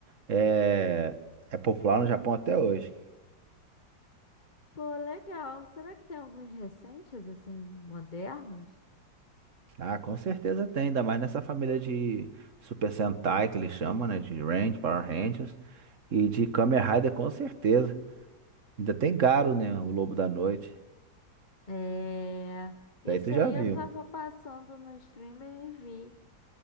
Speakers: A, on the right; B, on the left.
A: É, é popular no Japão até hoje.
B: Pô, legal. Será que tem alguns recentes, assim, modernos?
A: Ah, com certeza tem, ainda mais nessa família de Super Sentai que eles chamam, né? De Range, Power Rangers e de Kamen Rider, com certeza. Ainda tem Garo, né? O Lobo da Noite.
B: É... Esse
A: Daí tu já
B: aí
A: viu.
B: eu tava passando no streamer e vi.